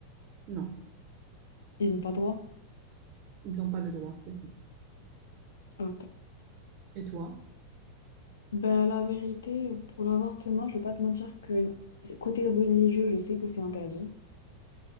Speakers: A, on the right; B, on the left.
A: Non.
B: Ils n'ont pas le droit?
A: Ils n'ont pas le droit, c'est ça.
B: Ok.
A: Et toi?
B: Ben, la vérité, pour l'avortement, je vais pas te mentir que côté religieux, je sais que c'est interdit.